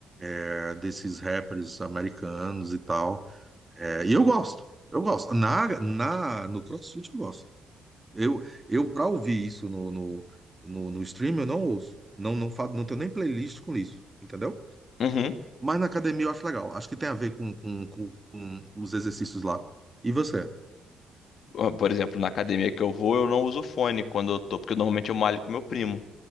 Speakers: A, on the right (about 15°); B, on the left (about 65°).
A: É, desses rappers americanos e tal. É, e eu gosto, eu gosto. Na, na, no CrossFit eu gosto. Eu, eu para ouvir isso no, no, no, no stream, eu não ouço. Não, não, fa- não tenho nem playlist com isso, entendeu?
B: Uhum.
A: Mas na academia eu acho legal. Acho que tem a ver com, com, com, com os exercícios lá. E você?
B: Ó, Por exemplo, na academia que eu vou, eu não uso fone quando eu tô, porque normalmente eu malho com meu primo.